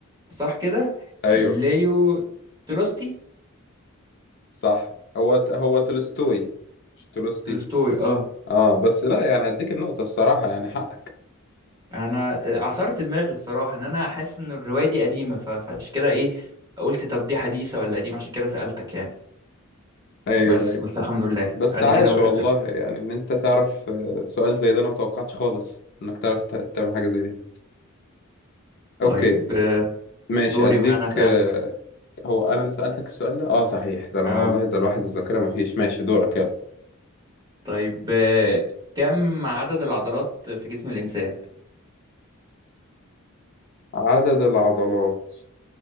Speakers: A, on the right; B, on the left.
A: صح كده
B: ايوه
A: ليو تولستي
B: صح هو ت- هو تولستوي مش تولستي
A: تولستوي اه
B: اه بس لا يعني هديك النقطة الصراحة يعني حقك
A: انا عصرت دماغي الصراحه ان انا حاسس ان الروايه دي قديمه ف- فعشان كده ايه قلت طب دي حديثه ولا قديمه عشان كده سالتك يعني
B: ايوه
A: بس
B: ايوه
A: بس الحمد لله
B: بس
A: ادي
B: عاش
A: كده واحد
B: والله
A: صفر
B: يعني ان انت تعرف آه، سؤال زي ده انا متوقعتش خالص انك تعرف ت- تعمل حاجة زي دي اوكي
A: طيب آه،
B: ماشي
A: دوري
B: اديك
A: بقى انا اسالك
B: آه، هو انا اللي سألتك السؤال ده اه صحيح ده انا
A: اه
B: والله ده الواحد الذاكرة ما فيش ماشي دورك يلا
A: طيب آه، كم عدد العضلات في جسم الانسان
B: عدد العضلات